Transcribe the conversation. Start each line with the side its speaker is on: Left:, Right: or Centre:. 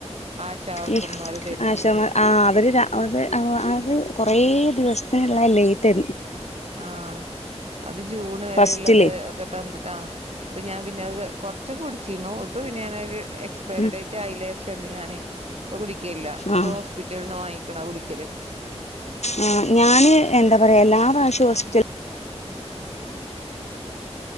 Right: ആശാവർക്കർമാര്
Left: ഈ
Right: തന്നത്
Left: ആശാമാർ ആഹ് അവര് അത് അത് കുറേ ദിവസത്തിനുള്ള ലേറ്റ്
Right: ആഹ അത് ജൂൺ വരെ
Left: ഫസ്റ്റില്
Right: ഉള്ളത് ഒക്കെ തന്നിട്ട ആ ഇപ്പൊ ഞാൻ പിന്നെ അത് കുറച്ചൊക്കെ കുടിിച്ചിന്നു ഇപ്പം പിന്നെ ഞാനൊരു എക്സ്പയറി
Left: ഉം
Right: ഡേറ്റ് ആയില്ലാരിച്ചട്ടണ്ട് ഞാൻ ഒ കുടിിക്ക ല്ല
Left: ആഹ്
Right: ഹോസ്പിറ്റലിൽ നിന്ന് വാങ്ങ ക്കാല്
Left: ആ ഞാന് എന്താ പറയാ എല്ലാ പ്രാവശ്യ ഹോസ്പിറ്റല